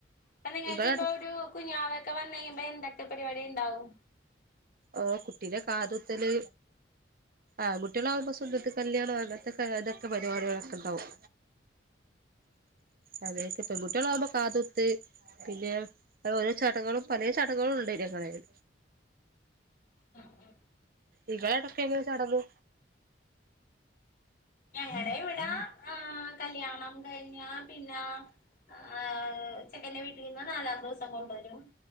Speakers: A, on the left (about 45°); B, on the right (about 50°).
A: ഇപ്പൊ നിങ്ങക്ക്
B: നിങ്ങളട
A: ഇപ്പ ഒരു കുഞ്ഞാവക്കെ വന്ന് കഴിയമ്പം എന്തൊക്കെ പരിപാടി ഇണ്ടാവും
B: ഓഹ് കുട്ടീന്റെ കാതുകുത്തല് ആണ് കു കുട്ട്യേളാവുമ്പ സുന്നത്ത് കല്യാണം അങ്ങനത്തെക്കെ അതൊക്ക പരിപാട്യളോക്കെ ഇണ്ടാവും അതേക്കെ പെൺകുട്ടികളാകുമ്പ കാതു കുത്ത് പിന്നെ അത് ഓരോ ചടങ്ങേളും പലേ ചടങ്ങേളും ഉണ്ട് ഞങ്ങളേല്
A: ഉം ഉം
B: ഇങ്ങളെ അവ്ടെ ഒക്കെ എങ്ങനെ ചടങ്ങ്
A: ഞങ്ങടെ ഇവിടാ ആഹ് കല്യാണം കഴിഞ്ഞാ പിന്നാ ആഹ് ചെക്കൻ്റെ വീട്ടീന്ന് നാലാം ദിവസം കൊണ്ടുവരും